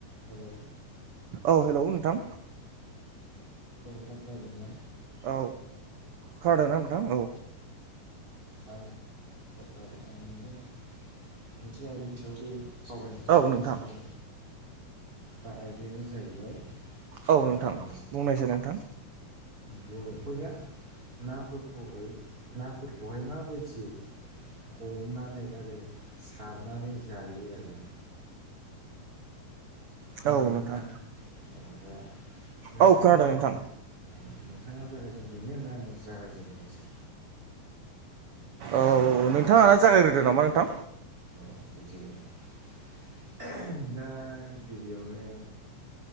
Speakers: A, on the right; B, on the right.
A: हेलौ
B: औ हेलौ नोंथां
A: खोनादों ना
B: औ खोनादों ना नोंथां औ
A: आं आं <unintelligible> मोनसे आयदानि सायावबो सावरायनो थाखाय
B: औ
A: फन
B: नोंथां
A: हरोमोन दा आयदायानो जाहैबाय
B: औ
A: ओ
B: नोंथां बुंनायसै नोंथां
A: बर'फोरा नाफोरखौहाय नाफोरखौहाय माबायदि हमनानै आरो सारनानै जायो आरो ना खोनादों
B: औ
A: ना
B: नोंथां
A: नोंथाङा औ दा नोंथाङा
B: औ खोनादों
A: जागाय
B: नोंथां
A: औ बिथाङा जायगायजों बेनो होनना आंनि जागायजों दनोसै
B: औ नोंथाङा ना जागायग्रोदो नामा नोंथां
A: औ बुजिबाय दा गिबियावनो